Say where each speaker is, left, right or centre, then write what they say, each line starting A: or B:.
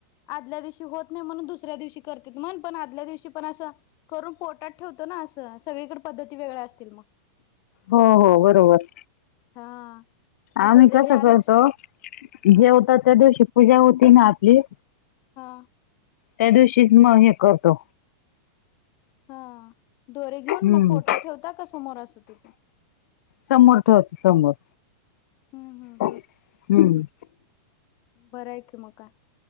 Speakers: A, on the left; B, on the left.
A: आदल्या दिवशी होत नाही म्हणून दुसऱ्या दिवशी करतेत म्हण,, पण आदल्या दिवशी पण असं करून पोटाात ठेवतो ना असं,, सगळीकडं पद्धती वेगळ्या असतील मग.
B: हो हो बरोबर.
A: हा असं
B: आमी कसं
A: ह्या लक्ष
B: करतो,, जेवता
A: हा
B: त्या दिवशी पूजा होती ना आपली
A: हा.
B: त्या दिवशीच मग हे करतो.
A: हा,, दोरे घेऊन
B: हम्म
A: मग पोटात ठेवता का समोर असं तिन?
B: समोर ठेवतो समोर,,
A: हम्म हम्म
B: हम्म.
A: बरंय की मग काय.